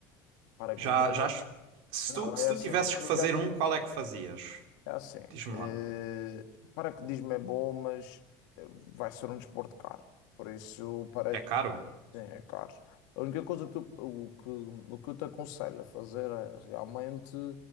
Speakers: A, on the left; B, on the right.
A: Paraquedismo
B: já,
A: é
B: já
A: bom.
B: acho- se
A: Não,
B: tu, se
A: é
B: tu
A: assim.
B: tivesses
A: Eu
B: que fazer
A: já tive.
B: um, qual é que fazias?
A: É assim.
B: Diz-me
A: eh,
B: lá.
A: paraquedismo é bom, mas eh, vai ser um desporto caro. Por isso, para,
B: É caro?
A: Sim, é caro. A única coisa que eu, o que, o que eu te aconselho a fazer é realmente